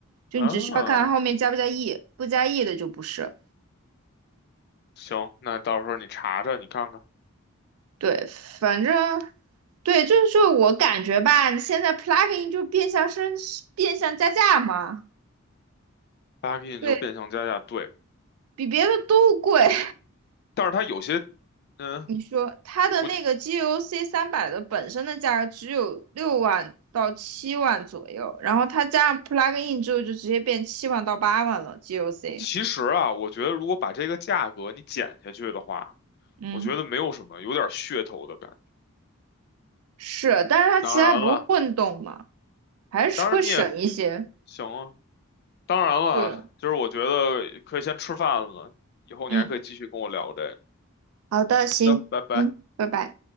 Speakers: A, on the right; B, on the left.
A: 就你只需要看后面加不加
B: 啊。
A: E，不加 E 的就不是。
B: 行，那到时候你查查，你看看
A: 对，反正对，就是说我感觉吧，你现在 plug in 就变相升变相加价嘛，
B: ，plugin
A: 对
B: 就是变相加价，对。
A: 比别的都贵。<laughs>
B: 但是它有些，嗯，
A: 你说它的那个
B: 我
A: GOC 三百的本身的价格只有六万到七万左右，然后它加上 plug in 之后就直接变七万到八万了 GOC。
B: 其实啊，
A: G O C
B: 我觉得如果把这个价格你减下去的话，
A: 嗯
B: 我觉得没有什么，有点噱头的感觉。
A: 是，但是它其他不是混动嘛，
B: 当然了，
A: 还是会省一些。
B: 当然你也行啊，当然了，
A: 对，
B: 就是我觉得可以先吃饭了，以后你还可以继续跟我聊这个。
A: 嗯。好的，行，
B: 的，拜拜。
A: 嗯，拜拜。